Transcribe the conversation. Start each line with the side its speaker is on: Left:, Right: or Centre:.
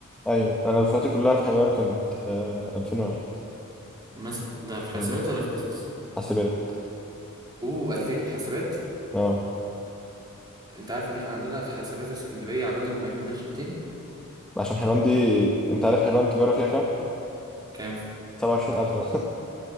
Centre: ايوه انا دفعتي كلها في حلوان كانت آه، 2001
Right: مثلا ده في حاسبات
Centre: امم
Right: ولا في بيزنس؟
Centre: حاسبات
Right: اوه 2000 في حاسبات
Centre: اه
Right: انت عارف ان احنا عندنا حاسبات اسكندرية عددهم ما يكملش 200
Centre: عشان حلوان دي انت عارف حلوان تجاره فيها كام؟
Right: كام
Centre: 27000 مثلا